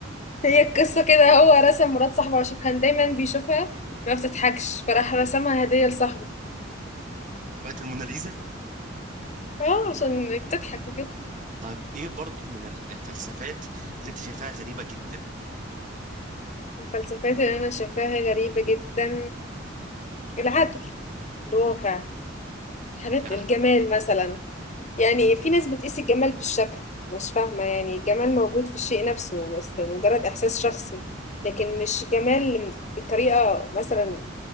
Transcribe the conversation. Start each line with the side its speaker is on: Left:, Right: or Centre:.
Left: هي القصة كده هو رسم مرات صاحبه عشان كان دايما بيشوفها ما بتضحكش فراح رسمها هدية لصاحبه
Right: بقت الموناليزا
Left: اه عشان بتضحك وكده
Right: طيب ايه برضو من ال- الفلسفات اللي انت شايفاها غريبه جدا
Left: الفلسفات اللي أنا شايفاها غريبة جدا العدل الواقع حاجات
Right: العقل
Left: الجمال مثلا يعني في ناس بتقيس الجمال بالشكل مش فاهمة يعني الجمال موجود في الشيء نفسه بس مجرد إحساس شخصي لكن مش جمال بطريقة مثلا